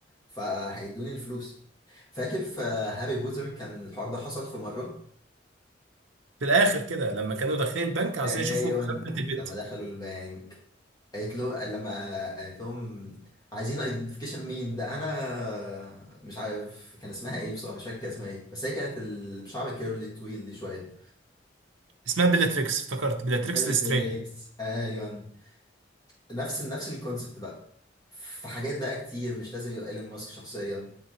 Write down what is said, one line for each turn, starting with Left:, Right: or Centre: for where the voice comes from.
Left: فهيدوني الفلوس فاكر في هاري بوتر كان الحوار ده حصل في مرة
Right: في الاخر كده لما كانوا داخلين البنك عايزين
Left: ايوه
Right: يشوفوا خزنه البت
Left: لما دخلوا البنك قالت له لما قالت لهم عايزين ايدنتيفيكيشن مين ده انا مش عارف كان اسمها ايه بصراحه مش فاكر كان اسمها ايه بس هي كانت اللي بشعر كيرلي طويل دي شويه
Right: اسمها بيلاتريكس افتكرت بيلاتريكس
Left: كيرلي
Right: ليسترينج
Left: تويكس ايوه نفس نفس الكونسبت بقى في حاجات بقى كتير مش لازم يبقى ايلون ماسك شخصيا